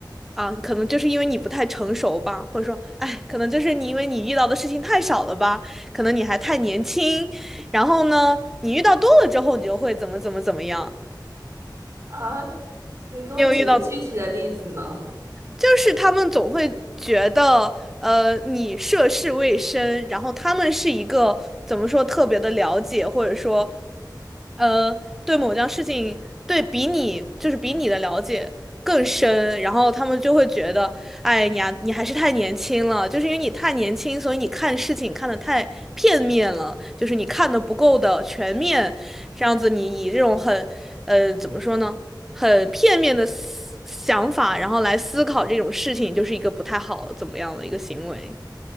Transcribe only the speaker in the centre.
啊，可能就是因为你不太成熟吧，或者说，哎，可能就是你因为你遇到的事情太少了吧，可能你还太年轻，然后呢，你遇到多了之后，你就会怎么怎么怎么样。
你有遇到过？就是他们总会觉得，呃，你涉世未深，然后他们是一个怎么说特别的了解，或者说，呃，对某件事情，对比你就是比你的了解更深，然后他们就会觉得，哎，你啊，你还是太年轻了，就是因为你太年轻，所以你看事情看得太片面了，就是你看的不够的全面，这样子你以这种很，呃，怎么说呢？很片面的思想法，然后来思考这种事情，就是一个不太好怎么样的一个行为。